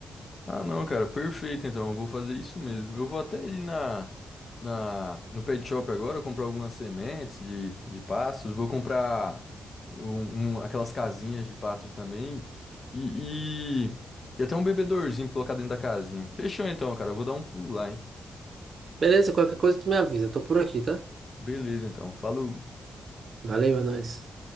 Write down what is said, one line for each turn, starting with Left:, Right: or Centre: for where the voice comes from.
Left: Ah, não, cara, perfeito. Então, eu vou fazer isso mesmo. Eu vou até ali na, na, no pet shop agora comprar algumas sementes de, de pássaros. Vou comprar um, um- aquelas casinhas de pássaro também. E, e, e até um bebedorzinho pra colocar dentro da casinha. Fechou então, cara. Eu vou dar um pulo lá, hein?
Right: Beleza, qualquer coisa tu me avisa, eu tô por aqui, tá?
Left: Beleza, então. Falou.
Right: Valeu, é nóis.